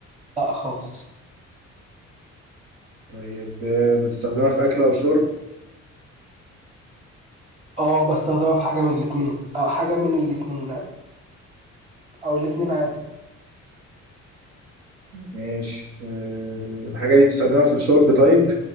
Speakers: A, on the right; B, on the right.
A: لا خالص
B: طيب آه، بتستخدمها في اكل او شرب
A: اه بستخدمها في حاجة من الاتنين أو حاجة من الاتنين آه، أو الاتنين عادي
B: ماشي آه، الحاجه دي بتستخدمها في الشرب طيب